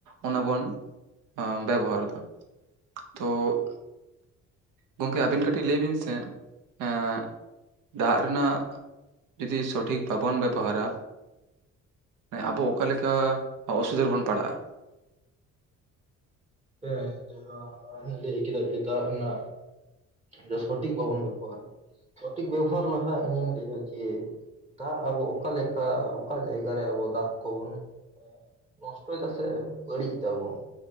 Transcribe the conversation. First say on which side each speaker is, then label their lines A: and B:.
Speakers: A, on the right; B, on the right.
A: ᱚᱱᱟ ᱵᱚᱱ ᱵᱮᱵᱚᱦᱟᱨ ᱮᱫᱟ᱾ ᱛᱚ ᱜᱚᱢᱠᱮ ᱟᱹᱵᱤᱱ ᱠᱟᱹᱴᱤᱡ ᱞᱟᱹᱭ ᱵᱤᱱ ᱥᱮ ᱮᱸ ᱫᱟᱜ ᱨᱮᱱᱟᱜ ᱡᱩᱫᱤ ᱥᱚᱴᱷᱤᱠ ᱵᱟᱵᱚᱱ ᱵᱮᱵᱚᱦᱟᱨᱟ ᱢᱟᱱᱮ ᱟᱵᱚ ᱚᱠᱟᱞᱮᱠᱟ ᱚᱥᱩᱵᱤᱫᱷᱟ ᱨᱮᱵᱚᱱ ᱯᱟᱲᱟᱜᱼᱟ?
B: ᱦᱮᱸ ᱡᱟᱦᱟᱸ ᱞᱟᱹᱭ ᱠᱮᱫᱮ ᱠᱤ ᱫᱟᱜ ᱨᱮᱱᱟᱜ ᱡᱮ ᱥᱚᱴᱷᱤᱠ ᱵᱟᱵᱚᱱ ᱵᱮᱵᱚᱦᱟᱨᱟ ᱥᱚᱴᱷᱤᱠ ᱵᱮᱵᱚᱦᱟᱨ ᱞᱟᱦᱟ ᱤᱧᱤᱧ ᱞᱟᱹᱭᱼᱟ ᱡᱮ ᱫᱟᱜ ᱟᱵᱚ ᱚᱠᱟᱞᱮᱠᱟ ᱚᱠᱟ ᱡᱟᱭᱜᱟ ᱨᱮ ᱟᱵᱚ ᱫᱟᱜ ᱠᱚᱵᱚᱱ ᱱᱚᱥᱴᱚᱭ ᱫᱟ ᱥᱮ ᱵᱟᱹᱲᱤᱡ ᱮᱫᱟ ᱵᱚᱱ